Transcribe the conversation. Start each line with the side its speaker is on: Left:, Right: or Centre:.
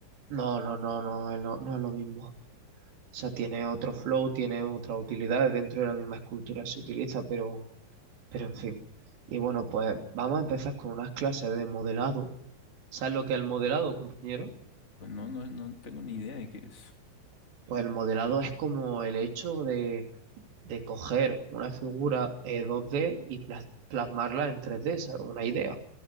Right: No, no, no, no, es lo- no es lo mismo. sea, tiene otro flow, tiene otras utilidades dentro de la misma escultura se utiliza, pero, pero en fin. Y bueno, pues vamos a empezar con unas clases de modelado. ¿Sabes lo que es el modelado, compañero?
Left: Pues no, no, no tengo ni idea de qué es.
Right: Pues el modelado es como el hecho de, de coger una figura eh, 2D y plas- plasmarla en 3D, ¿sabes? Una idea.